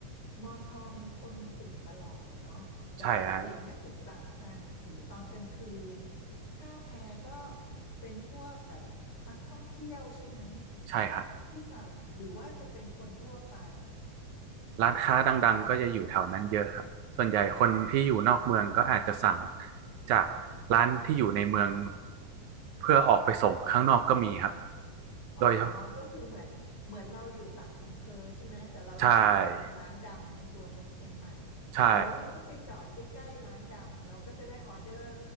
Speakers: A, on the left; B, on the right.
A: มอชอมันคนมันตื่นตลอดอะเนาะแบบเด็กๆนักศึกษาอ่านหนังสือตอนกลางคืน
B: ใช่ฮะ
A: ท่าแพก็เป็นพวกแบบนักท่องเที่ยวใช่ไหม
B: ใช่ฮะ
A: ที่สั่งหรือว่าจะเป็นคนทั่วไป
B: ร้านค้าดังๆก็จะอยู่แถวนั้นเยอะครับส่วนใหญ่คนที่อยู่นอกเมืองก็อาจจะสั่งจากร้านที่อยู่ในเมืองเพื่อออกไปส่งข้างนอกก็มีครับ
A: อ๋อ
B: โดย
A: ก็คือเหมือนเหมือนเราอยู่ต่างอำเภอใช่ไหม แต่เราอยากจะกินร้านดังในตัวเมืองเชียงใหม่
B: ใช่ใช่
A: อย่างนี้เราก็ไปจอดใกล้ๆร้านดังเราก็จะได้ออเดอร์